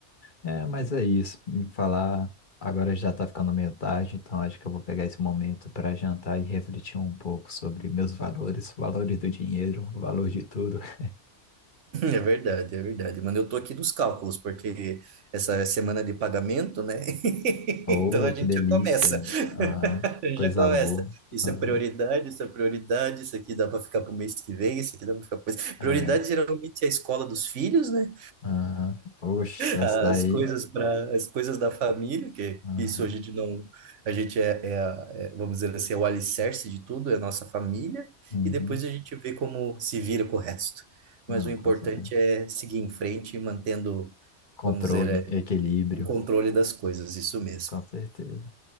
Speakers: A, on the left; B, on the right.
A: É, mas é isso. Me falar. Agora já tá ficando meio tarde, então acho que eu vou pegar esse momento para jantar e refletir um pouco sobre meus valores, valores do dinheiro, <laughs> valor de tudo. <laughs>
B: É verdade, é verdade. Mano, eu tô aqui nos cálculos, porque essa é semana de pagamento, né? <laughs>
A: Oh,
B: Então a
A: que
B: gente
A: delícia!
B: já começa, <laughs>
A: Aham.
B: a gente
A: Coisa
B: já começa.
A: boa.
B: Isso
A: Aham.
B: é prioridade, isso é prioridade, isso aqui dá para ficar pro mês que vem, isso aqui dá para ficar pro mês.
A: É.
B: Prioridade geralmente é a escola dos filhos, né?
A: Aham. Oxe, essa
B: as
A: daí.
B: coisas para as coisas da família, que
A: Aham.
B: isso a gente não, a gente é, é, a- é, vamos dizer assim, é o alicerce de tudo, é a nossa família,
A: Uhum.
B: e depois a gente vê como se vira com o resto.
A: Não,
B: Mas o importante
A: com certeza.
B: é seguir em frente e mantendo,
A: Controle,
B: vamos dizer, é,
A: equilíbrio,
B: o controle das coisas, isso mesmo.
A: com certeza.